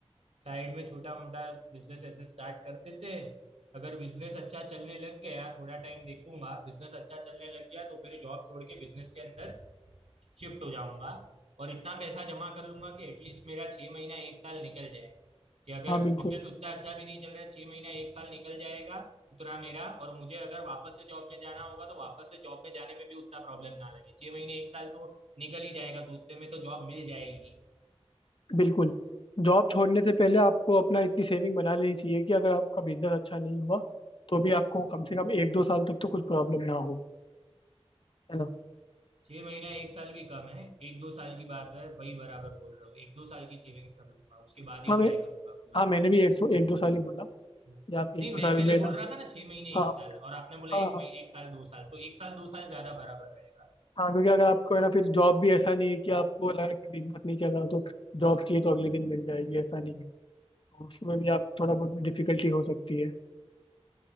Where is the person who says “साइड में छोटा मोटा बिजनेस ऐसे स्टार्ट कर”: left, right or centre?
Right